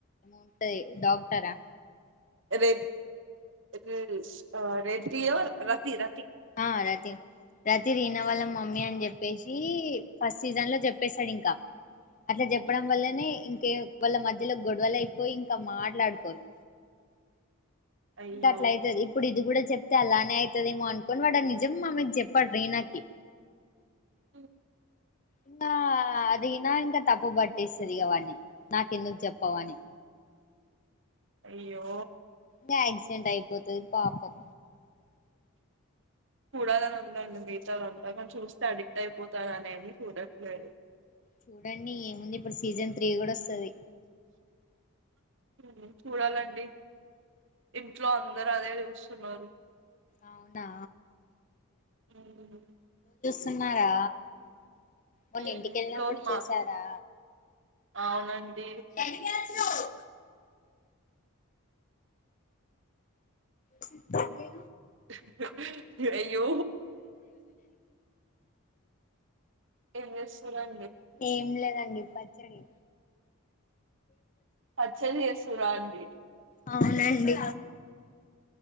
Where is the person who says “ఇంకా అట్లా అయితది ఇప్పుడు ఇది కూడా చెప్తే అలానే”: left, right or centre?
Left